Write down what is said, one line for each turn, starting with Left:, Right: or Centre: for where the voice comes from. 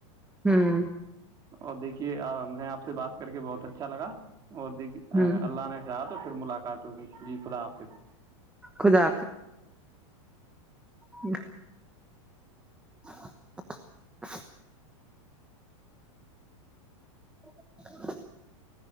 Centre: ہاں
Right: اور دیکھیے آ نے آپ سے بات کر کے بہت تچ الگا وہ
Centre: ہوں
Right: اللہ نے شا تو ملاقات ہوگی جی خدا حافظ
Centre: خدا جی <unintelligible> <unintelligible>